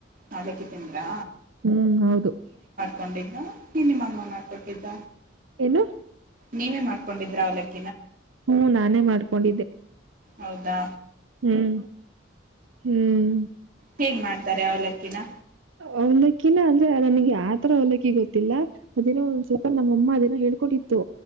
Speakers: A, on the right; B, on the right.
A: ಅವಲಕ್ಕಿ ತಿಂದ್ರಾ.
B: ಹ್ಮ್ ಹೌದು
A: ಕೊಂಡಿದ್ದ ಏನ್ ನಿಮ್ಮಮ್ಮ ಮಾಡ್ಕೊಟ್ಟಿದ್ದ
B: ಏನು
A: ನೀವೇ ಮಾಡ್ಕೊಂಡಿದ್ರ ಅವಲಕ್ಕಿ.
B: ಹ್ಮ ನಾನೇ ಮಾಡ್ಕೊಂಡಿದ್ದೆ.
A: ಹೌದಾ
B: ಹ್ಮ್ ಹ್ಮ್
A: ಹೇಗ್ ಮಾಡ್ತಾರೆ ಅವಲಕ್ಕಿನಾ?
B: ಅವಲಕ್ಕಿನ ಅಂದ್ರೆ ನನಗೆ ಯಾತರ ಅವಲಕ್ಕಿ ಗೊತ್ತಿಲ್ಲ ಅದೇನೋ ಒಂದ್ ಸ್ವಲ್ಪ ನಮ್ಮಮ್ಮ ಅದನ್ನ ಹೇಳ್ಕೊಟಿತ್ತು